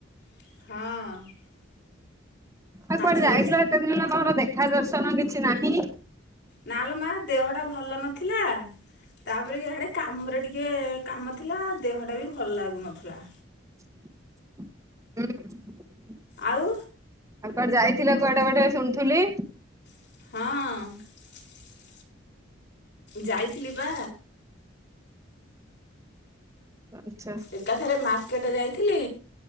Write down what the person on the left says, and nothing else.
ହଁ।
ମାଛ
ଏଇ ଛା
ନାଆଲୋ ମା ଦେହ ଟା ଭଲ ନଥିଲା ତାପରେ ଇଆଡେ କାମରେ ଟିକେ କାମ ଥିଲା ଦେହଟା ବି ଭଲ ଲାଗୁନଥୁଲା।
ଆଉ
ହଁ। ଯାଇଥିଲି ପା
ଏକାଥରେ ମାର୍କେଟ୍ ଯାଇଥିଲି।